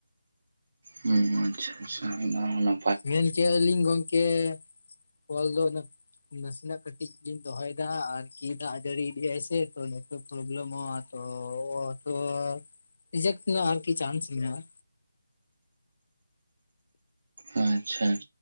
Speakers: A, on the right; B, on the left.
A: ᱦᱩᱸ ᱟᱪᱪᱷᱟ - ᱟᱪᱪᱷᱟ ᱚᱱᱟ, ᱚᱱᱟ
B: ᱢᱮᱱ ᱠᱮᱭᱟ ᱞᱤᱧ ᱜᱚᱝᱠᱮ ᱠᱚᱞ ᱫᱚ ᱚᱱᱟ ᱱᱟᱥᱮᱱᱟᱜ ᱠᱟᱹᱴᱤᱡ ᱞᱤᱧ ᱫᱚᱦᱚᱭ ᱫᱟ ᱟᱨᱠᱤ ᱫᱟᱜ ᱡᱟᱹᱲᱤ ᱤᱫᱤᱭᱮ ᱟᱭ ᱥᱮ, ᱛᱚ ᱯᱨᱚᱵᱮᱞᱮᱢᱚᱜᱼᱟ ᱛᱚ ᱨᱤᱡᱮᱠ ᱨᱮᱱᱟᱜ ᱪᱟᱸᱱᱥ ᱢᱮᱱᱟᱜᱼᱟ᱾
A: ᱟᱪᱪᱷᱟ ᱟᱪᱪᱷᱟ